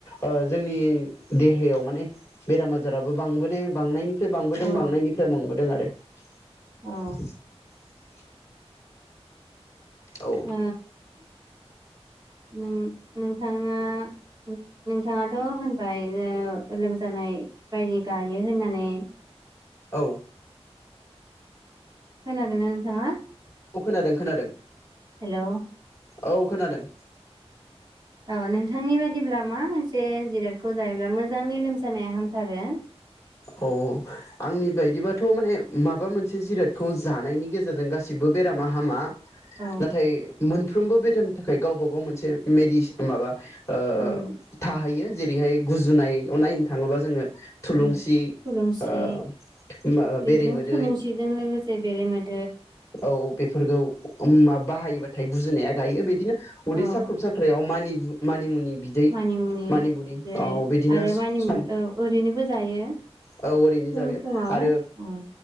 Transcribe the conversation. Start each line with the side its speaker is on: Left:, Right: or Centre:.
Left: ओ जोंनि देहायाव माने बेराम आजाराबो बां बांनायनिफ्राय बांबोदों
Right: औ
Left: बांनायनिफ्राय मोनबोदों आरो <inaudible>
Right: औ
Left: औ
Right: अ नों नोंथाङा नोंथाङाथ' बायनो लोमजानाय बायदि गायो होननानै
Left: औ
Right: खोनादों ना नोंथाङा
Left: औ खोनादों खोनादों
Right: हेलौ
Left: औ खोनादों
Right: अ नोंथांनि बायदिब्ला मा मोनसे जिरादखौ जायोब्ला मोजाङै लोमजानाया हामथारो
Left: अ आंनि बायदिबाथ' माने माबा मोनसे जिरादखौ जानायनि गेजेरजों गासिबो बेरामा हामा
Right: औ
Left: नाथाय मोन साफ्रोमबो बेरामनि थाखाय गावबा गाव मोनसे मेडस माबा ओ
Right: उम
Left: थाहैयो जेरैहाय गुजुनायाव नायनो थाङोबा जोङो थुलुंसि
Right: उम। थुलुंसि
Left: ओ बेरेमोदै
Right: बेजों थुलुंसिजों लोगोसे बेरे मोदै
Left: औ बेफोरखौ मा बाहायोबाय फाथाय गुजुनाया गायो बिदिनो उदै
Right: औ
Left: साख्रुब साख्रायाव मानि मानिमुनि बिदै
Right: मानिमुनि
Left: मानिमुनि
Right: बिदै
Left: औ बिदिनो
Right: आरो मानिमुनि
Left: सम
Right: औ ओरैनोबो जायो
Left: औ ओरैनो
Right: फुं
Left: जाबाय
Right: फुङाव
Left: आरो
Right: औ।